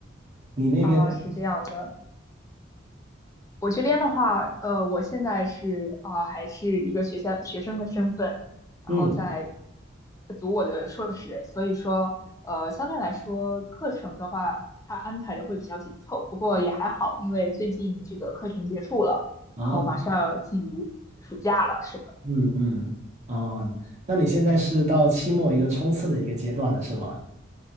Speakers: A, on the right; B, on the left.
A: 你那边，
B: 啊，是这样的，我这边的话，呃，我现在是啊，还是一个学校学生的身份，然后在
A: 嗯，
B: 读我的硕士，所以说，呃，相对来说，课程的话，它安排的会比较紧凑，不过也还好，因为最近这个课程结束了，
A: 啊，
B: 然后马上要进入暑假了，是的。
A: 嗯嗯，啊，那你现在是到期末一个冲刺的一个阶段了，是吗？